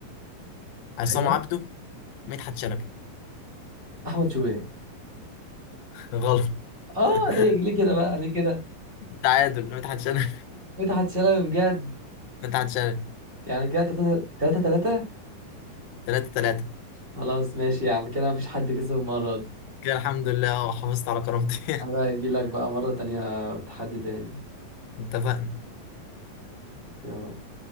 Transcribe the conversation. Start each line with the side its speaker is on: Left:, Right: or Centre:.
Left: عصام
Right: ايوه
Left: عبده مدحت شلبي
Right: احمد شوبير
Left: <laughs> غلط
Right: اه
Left: <laughs>
Right: ليه ليه كده بقى ليه كده
Left: تعادل مدحت شلبي
Right: مدحت شلبي بجد
Left: مدحت شلبي
Right: يعني كده 3 3
Left: تلاتة تلاتة
Right: خلاص ماشي يا عم كده مفيش حد كسب المرة دي
Left: كده الحمد لله اه حافظت على كرامتي
Right: هبقى
Left: <laughs>
Right: اجي لك بقى مرة تانية بتحدي تاني
Left: اتفقنا
Right: يلا